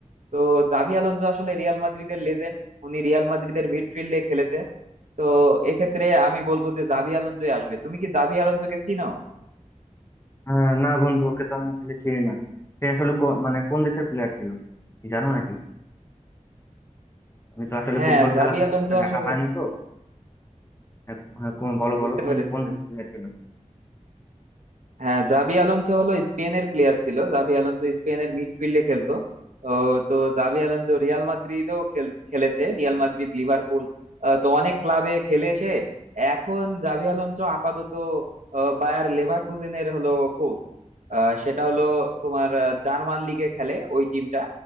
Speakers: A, on the right; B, on the left.
A: তো জাভি আলোনসো আসলে রিয়াল মাদ্রিদের লেজেন্ড উনি রিয়াল মাদ্রিদের মিডফিল্ডে খেলেছে তো এক্ষেত্রে আমি বলবো যে জাভি আলোনসোই আসবে তুমি কি জাভি আলোনসোকে চিনো
B: আহ, না বন্ধু ওকে তো আমি আসলে চিনি না সে আসলে কো- মানে কোন দেশের প্লেয়ার ছিল কি জানো নাকি আমি তো আসলে
A: হ্যাঁ
B: ফুটবল
A: জাভি
B: খেলা খুব
A: আলোনসো
B: একটা দেখা
A: আসলে
B: হয়নি তো হ্যাঁ হ্যাঁ, কোন- বলো
A: বুঝতে
B: বলো কোন
A: পেরেছি
B: কোন দেশে খেলেছিল
A: হ্যাঁ জাবি আলোনসো হলো স্পেনের প্লেয়ার ছিল জাবি আলোনসো স্পেনের মিডফিল্ডে খেলতো ও, তো জাবি আলোনসো রিয়াল মাদ্রিদও খেল- খেলেছে রিয়াল মাদ্রিদ লিভারপুল আহ, তো অনেক ক্লাবে খেলে এসে এখন জাবি আলোনসো আপাতত আহ, বায়ার লেভারকুজেনের হলো কোচ সেটা হলো তোমার আহ, জার্মান লিগে খেলে ওই টিমটা